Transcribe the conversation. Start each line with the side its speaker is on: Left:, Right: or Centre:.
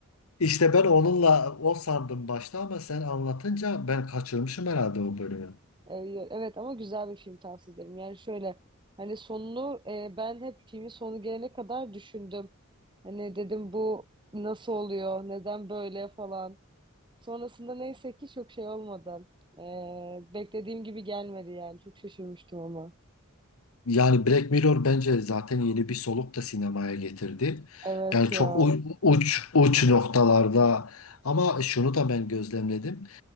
Left: İşte ben onunla o sandım başta ama sen anlatınca ben kaçırmışım herhalde o bölümü.
Right: Ee, Evet ama güzel bir film tavsiye ederim. Yani şöyle hani sonunu e, ben hep filmin sonu gelene kadar düşündüm. Hani dedim bu nasıl oluyor? Neden böyle falan. Sonrasında neyse ki çok şey olmadı. Ee, beklediğim gibi gelmedi yani. Çok şaşırmıştım ama.
Left: Yani Black Mirror bence zaten yeni bir soluk da sinemaya getirdi.
Right: Evet
Left: Yani
Right: ya.
Left: çok u- uç uç noktalarda ama şunu da ben gözlemledim.